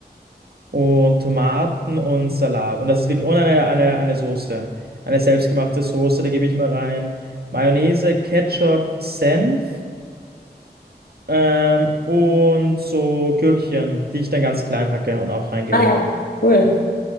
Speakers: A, on the right; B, on the left.
A: und Tomaten und Salat. Und das ist wirklich, und eine, eine, eine Soße, eine selbstgemachte Soße, da gebe ich mal rein Mayonnaise, Ketchup, Senf ähm, und so Gürkchen, die ich dann ganz klein hacke und auch reingebe.
B: Ah ja, cool.